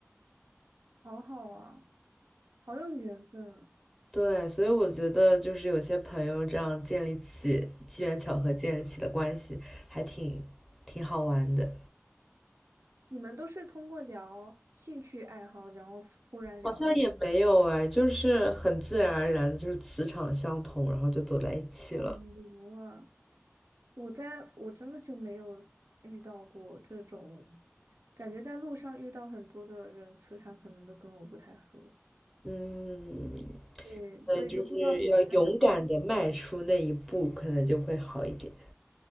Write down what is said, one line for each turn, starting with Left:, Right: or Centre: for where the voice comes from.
Right: 好好啊，好有缘分。
Centre: 对，所以我觉得就是有些朋友这样建立起机缘巧合建立起的关系，还挺挺好玩的。
Right: 你们都是通过聊兴趣爱好，然后忽然聊到一，
Centre: 好像也没有哎，就是很自然而然的，就是磁场相同，然后就走在一起了。
Right: 好牛啊！我在我真的就没有遇到过这种，感觉在路上遇到很多的人，磁场可能都跟我不太合，
Centre: 嗯，
Right: 对，
Centre: 嗯，
Right: 所以就不知道怎么开始画。
Centre: 就是要勇敢的迈出那一步，可能就会好一点。